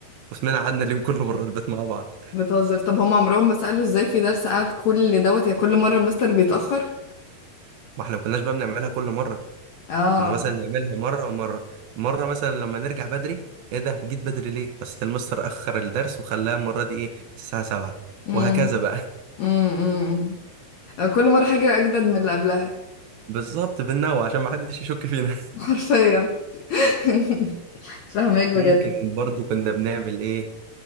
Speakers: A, on the right; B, on the left.
A: واسمنا قعدنا اليوم كله بره البيت مع بعض
B: بتهزر طب هم عمرهم ما سالوا ازاي في درس قعد كل دوت يا كل مره المستر بيتاخر
A: ما احنا ما كناش بقى بنعملها كل مره
B: اه
A: كنا مثلا نعملها مرة ومرة مرة مثلا لما نرجع بدري ايه ده جيت بدري ليه بس المستر أخر الدرس وخلاها المرة دي ايه الساعة سبعة
B: امم
A: وهكذا بقى
B: امم أمم. كل مرة حاجة أجدد من اللي قبلها
A: <laughs> بالظبط بالنوع عشان ما حدش يشك فينا <laughs>
B: <laughs> حرفيا <laughs> فاهمك بجد
A: ممكن برضو كنا بنعمل ايه